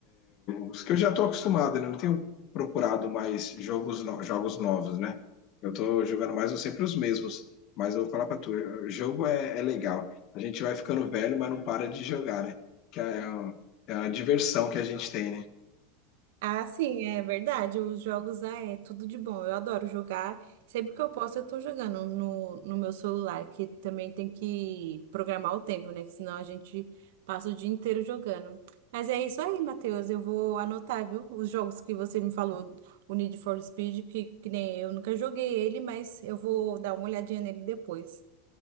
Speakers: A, on the left (about 50°); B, on the right (about 70°).
A: Os que eu já estou acostumado, né? Eu não tenho procurado mais jogos, no- jogos novos, né? Eu estou jogando mais ou sempre os mesmos. Mas eu vou falar para tu, o jogo é, é legal. A gente vai ficando velho, mas não para de jogar, né? Que é, é uma diversão que a gente tem, né?
B: Ah, sim, é verdade. Os jogos ah, é tudo de bom. Eu adoro jogar. Sempre que eu posso, eu tô jogando no, no meu celular, que também tem que programar o tempo, né? Que senão a gente passa o dia inteiro jogando. Mas é isso aí, Matheus. Eu vou anotar, viu? Os jogos que você me falou, o Need for Speed, que, que nem eu nunca joguei ele, mas eu vou dar uma olhadinha nele depois.